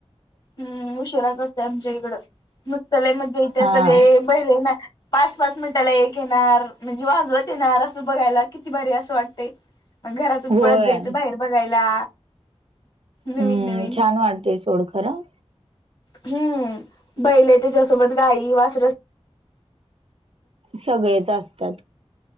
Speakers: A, on the left; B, on the right.
A: हम्म उशिराच असते आमच्या इकड नुसत लय मज्या इथे
B: हा
A: सगळे बहिले ना पाच पाच मिनिटाला एक येणार म्हणजे वाजवत येणार असं बघायला किती भारी असं वाटतं. मग घरातून
B: होय
A: पळत जायचं बाहेर बघायला. नवीन
B: हम्म
A: नवीन
B: छान वाटतेय सोड खरं.
A: हम्म बैल आहे त्याच्यासोबत गाई वासर
B: सगळेच असतात